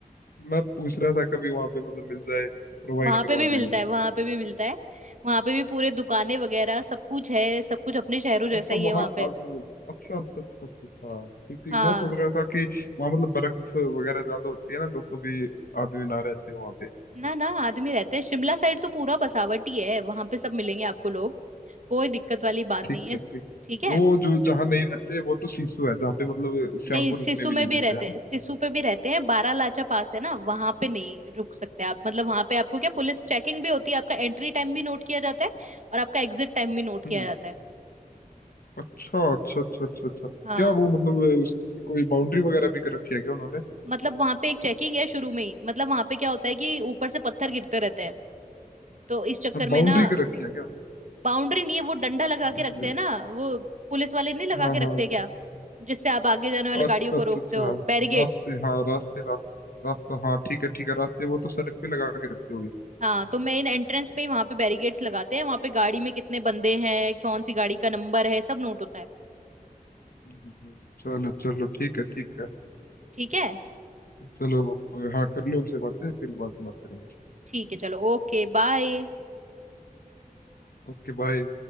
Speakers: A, on the left; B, on the right.
A: मैं पूछ रहा था कभी वहां पे मतलब मिल जाए प्रोवाइड
B: वहां
A: करवा
B: पे भी मिलता
A: दे वो
B: है वहां पे भी मिलता है वहां पे भी पूरे दुकानें वगैरह सब कुछ है सब कुछ अपने शहरों जैसा
A: अच्छा
B: ही
A: वहाँ
B: है वहां पे
A: अब- अच्छा अच्छा अच्छा अच्छा अच्छा ठीक ठीक
B: हाँ
A: मैं सोच रहा था कि वहाँ मतलब बर्फ वगैरह ज्यादा होती है ना तो कभी आदमी ना रहते वहाँ पे
B: ना ना आदमी रहते हैं शिमला साइड तो पूरा बसावट ही है वहां पे सब मिलेंगे आपको लोग कोई दिक्कत वाली बात
A: ठीक
B: नहीं है
A: है ठीक
B: ठीक
A: वो
B: है
A: जो जहाँ नहीं रहते वो तो सीसू है जहाँ पे मतलब शाम
B: नहीं
A: को
B: सिसु
A: रुकने भी
B: में
A: नहीं देते
B: भी रहते
A: है ना
B: हैं सिसु पे भी रहते हैं बारह लाचा पास है ना वहां पे नहीं रुक सकते आप मतलब वहां पे आपको क्या पुलिस चेकिंग भी होती है आपका एंट्री टाइम भी नोट किया जाता है और आपका एग्जिट टाइम भी नोट किया
A: हम्म।
B: जाता है
A: अच्छा अच्छा अच्छा अच्छा अच्छा क्या
B: हाँ
A: वो मतलब अ, उसकी कोई बाउंड्री वगैरह भी कर रखी है क्या उन्होंने
B: मतलब वहां पे एक चेकिंग है शुरू में ही मतलब वहां पे क्या होता है कि ऊपर से पत्थर गिरते रहते हैं तो इस चक्कर
A: बाउंड्री
B: में ना
A: कर रखी है क्या
B: बाउंड्री नहीं है वो डंडा लगा
A: किसी
B: के रखते
A: से
B: हैं ना वो पुलिस वाले नहीं लगा
A: हाँ
B: के रखते
A: हाँ
B: क्या जिससे आप आगे जाने वाली
A: अच्छा
B: गाड़ियों को
A: अच्छा
B: रोकते
A: अच्छा
B: हो बैरिगेट्स
A: रास्ते हाँ रास्ते रास्ते रास्ता हाँ ठीक है ठीक है रास्ते वो तो सड़क पे लगा के रखते होगे
B: हाँ तो मेन एंट्रेंस पे ही वहां पे बैरिगेट्स लगाते हैं वहां पे गाड़ी में कितने बंदे हैं कौन सी गाड़ी का नंबर है सब नोट होता है
A: हम्म, हम्म, चलो चलो ठीक है ठीक है
B: ठीक है
A: चलो अब, हाँ कर लो उनसे बातें फिर बाद में बात करेंगे
B: ठीक है चलो ओके बाय
A: Okay bye